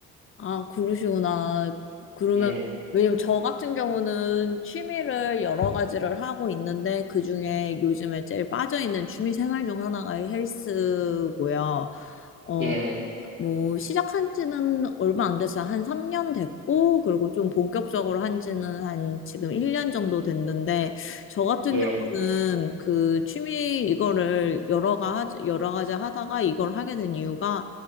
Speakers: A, on the left (about 45°); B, on the right (about 35°).
A: 아, 그러시구나. 그러면,
B: 예,
A: 왜냐면 저 같은 경우는 취미를 여러 가지를 하고 있는데, 그 중에 요즘에 제일 빠져있는 취미생활 중 하나가 헬스고요. 어,
B: 예,
A: 뭐 시작한 지는 얼마 안 됐어요. 한 3년 됐고, 그리고 좀 본격적으로 한 지는 한 지금 1년 정도 됐는데, 저 같은
B: 예,
A: 경우는 그 취미 이거를 여러 가 여러 가지 하다가 이걸 하게 된 이유가,